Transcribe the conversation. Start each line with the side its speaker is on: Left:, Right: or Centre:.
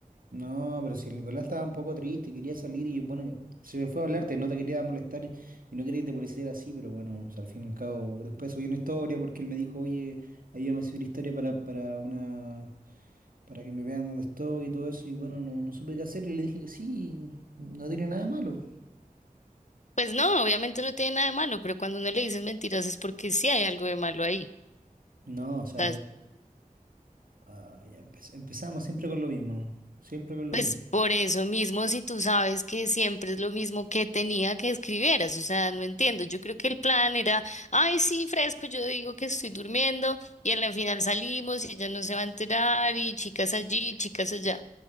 Right: No, pero si el Nicolás estaba un poco triste, y quería salir y bueno, se me fue a hablarte, no te quería molestar y y no quería que te pusieras así, pero bueno, o sea, al fin y al cabo, después subí una historia porque él me dijo, oye, ayúdame a subir historia para, para una, para que me vean dónde estoy y todo eso, y bueno, no, no supe qué hacer y le dije que sí, no tiene nada de malo.
Left: Pues no, obviamente no tiene nada de malo, pero cuando uno le dices mentiras es porque sí hay algo de malo ahí.
Right: No,
Left: O
Right: o sea,
Left: sea,
Right: yo, ah, ya empe- empezamos siempre con lo mismo, siempre con lo
Left: pues
Right: mismo.
Left: por eso mismo, si tú sabes que siempre es lo mismo que tenía que escribieras, o sea, no entiendo. Yo creo que el plan era, ay, sí, fresco, yo digo que estoy durmiendo y al final salimos y ella no se va a enterar y chicas allí, chicas allá.